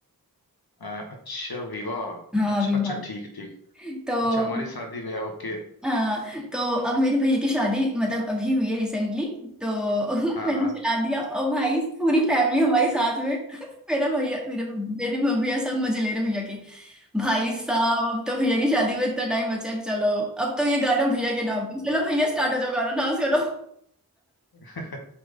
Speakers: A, on the left; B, in the centre.
A: अ, अच्छा विवाह
B: हाँ
A: अच्छा
B: विवाह
A: अच्छा ठीक ठीक
B: तो
A: अच्छा हमारी शादी में ओके
B: हाँ तो अब मेरे भैया की शादी मतलब अभी हुई है रिसेंटली तो <laughs>
A: हाँ
B: मैंने
A: हाँ
B: चला दिया और भाई पूरी फैमिली हमारे साथ में <laughs> मेरा भैया मेरे मेरे मम्मी और सब मजे ले रहे भैया के भाई साहब अब तो भैया की शादी में इतना टाइम बचा है चलो अब तो ये गाना भैया के नाम पे चलो भैया स्टार्ट हो जाओ गाना डांस करो
A: <laughs>